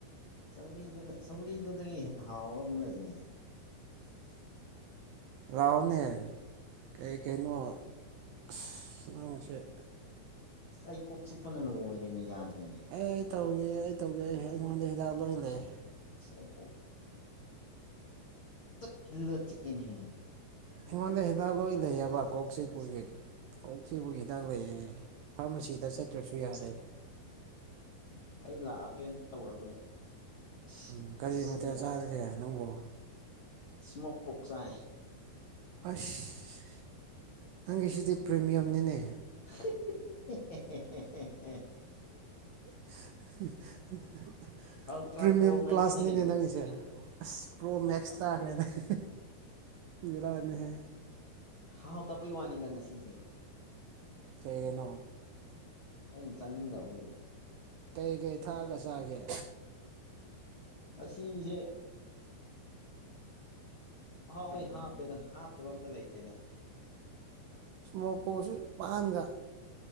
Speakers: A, on the left (about 55°); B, on the right (about 80°).
A: ꯆꯔꯤꯗꯨ ꯆꯧꯒꯔꯤꯗꯨꯗꯒꯤ ꯍꯦꯟꯅ ꯍꯥꯎꯒ ꯑꯃ ꯂꯩꯅꯦ
B: ꯂꯥꯎꯅꯦ ꯀꯩꯀꯩꯅꯣ ꯁꯝꯁꯠ
A: ꯑꯁ ꯑꯩ ꯀꯣꯛ ꯆꯤꯛꯄꯅ ꯂꯣꯏꯔꯦꯅꯦ ꯌꯥꯗ꯭ꯔꯦꯅꯦ
B: ꯑꯩ ꯇꯧꯒꯦ ꯑꯩ ꯇꯧꯒꯦ ꯑꯩꯉꯣꯟꯗ ꯍꯤꯥꯛ ꯂꯣꯏ ꯂꯩꯦ
A: ꯑꯀꯣ ꯊꯂ ꯑꯦꯅꯦ
B: ꯑꯩꯉꯣꯟꯗ ꯍꯤꯗꯥꯛ ꯂꯣꯏ ꯂꯩꯑꯕ ꯀꯣꯛꯆꯤꯡꯄꯨꯔꯒꯤ ꯀꯣꯛ ꯆꯦꯕꯒꯤ ꯍꯤꯗꯥꯛ ꯂꯩꯌꯦ ꯐꯥꯔꯃꯥꯁꯤꯗ ꯆꯠꯇ꯭ꯔꯁꯨ ꯌꯥꯔꯦ
A: ꯑꯩ ꯂꯥꯛꯑꯒꯦ ꯑꯗꯨ ꯇꯧꯔꯕꯅꯦ ꯑꯁ
B: ꯎꯝ ꯀꯔꯤ
A: ꯁꯤꯗꯤ
B: ꯃꯇꯌꯥ ꯆꯥꯔꯒꯦ ꯅꯪꯕꯨ
A: ꯏꯁꯃꯣꯣꯛ ꯄꯣꯛꯆꯥꯏ
B: ꯑꯁ ꯅꯪꯒꯤꯁꯤꯗꯤ ꯄ꯭ꯔꯤꯃꯤꯌꯝꯅꯤꯅꯦ
A: <unintelligible>
B: <unintelligible>
A: ꯑꯜꯇ꯭ꯔꯥ
B: ꯄ꯭ꯔꯤꯃꯤꯌꯝ
A: ꯄ꯭ꯔꯣ ꯃꯦꯛꯁꯅꯦ
B: ꯄ꯭ꯂꯥꯁꯅꯤꯅꯦ
A: ꯀꯩꯅꯣ
B: ꯅꯪꯒꯤꯁꯦ ꯑꯁ ꯄ꯭ꯔꯣ ꯃꯦꯛꯁ ꯇꯥꯈ꯭ꯔꯦ ꯅꯪ ꯔꯥꯅꯦꯍꯦ
A: ꯍꯥꯎꯥꯎ ꯇꯕꯩ ꯋꯥꯅꯤꯗ ꯉꯁꯤꯁꯦ
B: ꯀꯩꯒꯤꯅꯣ
A: ꯑꯩꯅ ꯆꯥꯅꯤꯡꯗꯕꯒꯤ
B: ꯀꯩꯀꯩ ꯊꯥꯛꯑꯒ ꯆꯥꯒꯦ
A: ꯑꯁꯤꯁꯤꯁꯦ ꯍꯥꯎ ꯃ ꯍꯥꯞꯄꯦꯗ ꯍꯥꯞꯇꯕ ꯑꯝꯇ ꯂꯩꯇꯦꯗ
B: ꯏꯁꯃꯣꯄꯣꯁꯤ ꯄꯥꯟꯒ